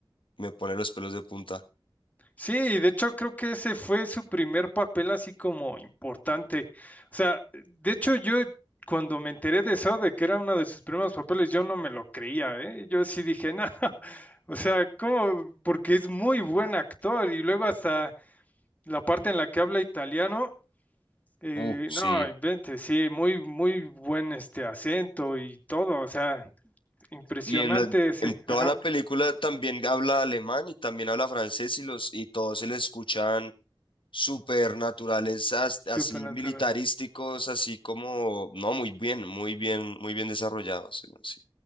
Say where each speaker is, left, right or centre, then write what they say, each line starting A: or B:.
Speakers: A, on the left; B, on the left.
A: me pone los pelos de punta.
B: Sí, de hecho creo que ese fue su primer papel así como importante. O sea, de hecho yo cuando me enteré de eso, de que era uno de sus primeros papeles, yo no me lo creía, ¿eh? Yo sí dije, no, <laughs> o sea, ¿cómo? Porque es muy buen actor y luego hasta la parte en la que habla italiano. Eh,
A: Uh, sí.
B: no, invente, sí, muy, muy buen este acento y todo, o sea, impresionante
A: Y en la,
B: ese,
A: en toda
B: ajá,
A: la película también habla alemán y también habla francés y los, y todos se le escuchan súper naturales, as-
B: supernaturales.
A: así militarísticos, así como, no, muy bien, muy bien, muy bien desarrollados. Sí. sí.